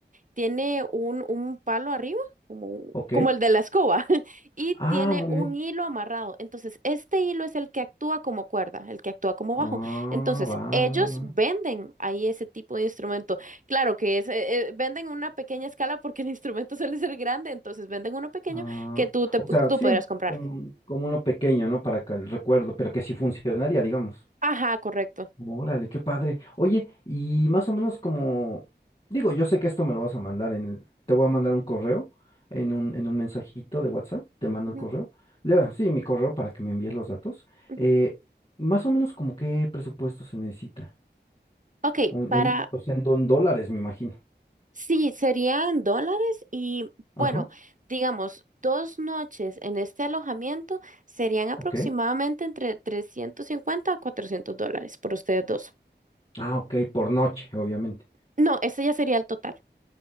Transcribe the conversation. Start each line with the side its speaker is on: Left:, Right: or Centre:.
Right: tiene un, un palo arriba, como, un-
Left: ok.
Right: como el de la escoba, <laughs> y
Left: Ah,
Right: tiene
Left: muy
Right: un
Left: bien.
Right: hilo amarrado. Entonces, este hilo es el que actúa como cuerda, el que actúa como
Left: Ah,
Right: bajo. Entonces,
Left: va,
Right: ellos
Left: va, va.
Right: venden ahí ese tipo de instrumento. Claro que es, eh, eh, venden una pequeña escala porque el <laughs> instrumento suele ser grande, entonces venden uno pequeño
Left: Ah,
Right: que tú, te,
Left: o
Right: tú
Left: sea, sí,
Right: podrás comprar.
Left: como, un- como uno pequeño, ¿no? Para que el recuerdo, pero que sí funcionaría, digamos.
Right: Ajá, correcto.
Left: Órale, qué padre. Oye, y más o menos como, digo, yo sé que esto me lo vas a mandar en el, te voy a mandar un correo, en un, en un mensajito de WhatsApp, te mando
Right: Ujú,
Left: el correo. Le- bueno, sí, mi correo para que me envíes los datos.
Right: ujú.
Left: Eh, más o menos como qué presupuesto se necesita.
Right: Ok,
Left: Un-
Right: para...
Left: en, o sea, en don- dólares, me imagino.
Right: Sí, sería en dólares y
Left: Ajá,
Right: bueno, digamos, dos noches en este alojamiento serían aproximadamente
Left: ok.
Right: entre 350 a 400 dólares por ustedes dos.
Left: Ah, ok, por noche, obviamente.
Right: No, ese ya sería el total.